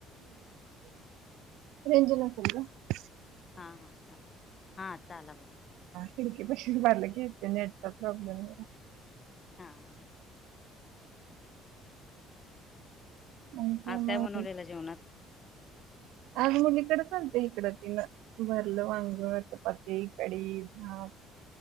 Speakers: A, on the right; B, on the left.
A: म रेंजना स. <unintelligible>
B: हा हा डब. हात. आला बघा.
A: खिडकीपाशी उभारले की इथं नेटचा प्रॉब्लेम आहे.
B: हा हा.
A: आणि
B: आज काय
A: मग
B: बनवलेलं जेवणात.
A: आज मुलीकडेच आलते इकडं तिनं भरलं वांगट चपात कडी भात.